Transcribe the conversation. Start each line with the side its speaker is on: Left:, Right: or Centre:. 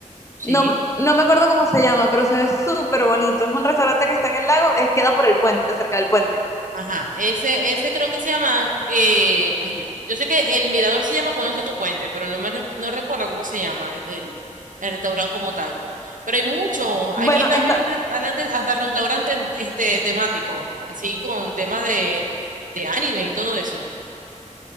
Right: sí.
Left: No, me- no me acuerdo cómo se llama, pero se ve súper bonito. Es un restaurante que está en el lago, es, queda por el puente, cerca del puente.
Right: Ajá, ese, ese creo que se llama, eh, ay, yo, yo sé que el mirador se llama Conoce tu puente, pero no me re- no recuerdo cómo se llama el, el, el restaurante como tal. Pero hay muchos,
Left: Bueno,
Right: aquí también
Left: está,
Right: hay restaurantes, hasta restaurantes este, temáticos, así con temas de, de anime y todo eso.